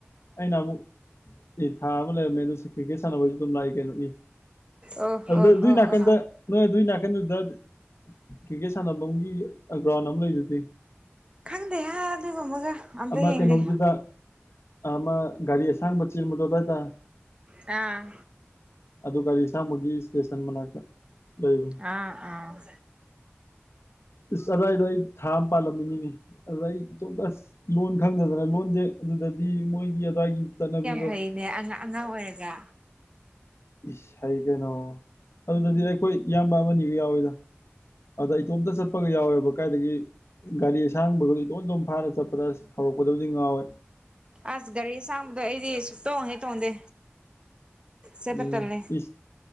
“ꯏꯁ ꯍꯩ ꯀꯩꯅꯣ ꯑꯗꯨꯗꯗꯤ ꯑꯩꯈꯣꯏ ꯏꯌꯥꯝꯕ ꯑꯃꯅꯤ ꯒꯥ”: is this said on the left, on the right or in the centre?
Left